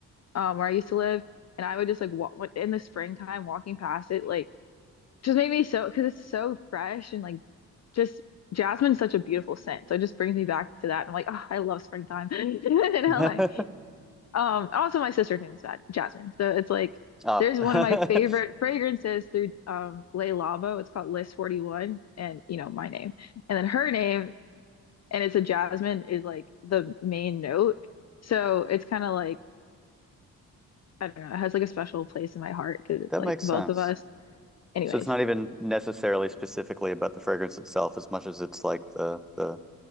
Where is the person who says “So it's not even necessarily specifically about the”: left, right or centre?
Centre